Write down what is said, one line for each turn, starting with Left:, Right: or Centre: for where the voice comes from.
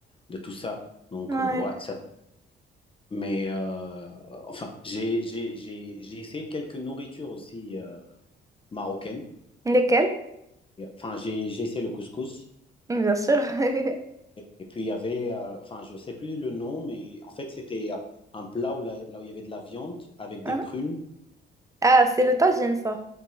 Left: de tout ça. Donc,
Right: Ouais.
Left: euh, ouais, ça. Mais, euh, enfin, j'ai j'ai- j'ai- j'ai essayé quelques nourritures aussi euh, marocaines.
Right: Lesquels?
Left: Et, Enfin, j'ai j'ai essayé le couscous.
Right: Bien sûr. <laughs>
Left: Et, et puis, il y avait, euh, enfin, je sais plus le nom, mais en fait, c'était euh, un plat où là, là où il y avait de la viande avec
Right: Hein
Left: des prunes,
Right: Ah, c'est le tagine, ça.